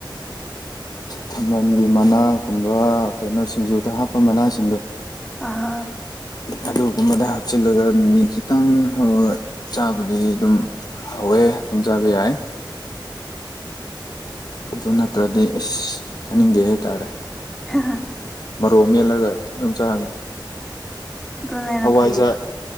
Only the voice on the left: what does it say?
ꯊꯝꯚꯥꯟꯒꯤ ꯃꯅꯥꯒꯨꯝꯕ ꯀꯩꯅꯣ ꯁꯤꯡꯖꯨꯗ ꯍꯥꯞꯄ ꯃꯅꯥꯁꯤꯡꯗꯣ
ꯑꯗꯨꯒꯨꯝꯕꯗ ꯍꯥꯞꯆꯤꯜꯂꯒ ꯃꯤ ꯃꯤ ꯈꯤꯇꯪ ꯍꯞꯔ ꯆꯥꯕꯗꯤ ꯑꯗꯨꯝ ꯍꯥꯎꯌꯦ ꯑꯗꯨꯝ ꯆꯥꯕ ꯌꯥꯏ ꯑꯗꯨ ꯅꯠꯇ꯭ꯔꯗꯤ ꯑꯁ ꯆꯥꯅꯤꯡꯗꯦ ꯍꯥꯏꯇꯥꯔꯦ
ꯃ‌ꯔꯣꯛ ꯃꯦꯜꯂꯒ ꯑꯗꯨꯝ ꯆꯥꯔꯅꯤ
ꯍꯋꯥꯏꯖꯥꯔ